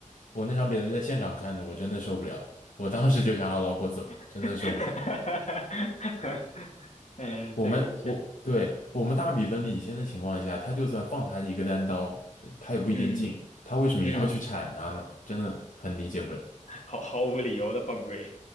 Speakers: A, on the left; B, on the left.
A: 我那场比赛在现场看的，我真的受不了了我当时就想阿劳霍走，
B: <laughs>
A: 真的受不了。
B: 嗯，
A: 我们我对我们大比分领先的情况下，
B: 这个确实，嗯
A: 他就算放他一个单刀，呃他也不一定进。
B: 嗯
A: 他为什么要去铲他呢？
B: 嗯，
A: 真的很理解不了。
B: 毫毫无理由的犯规，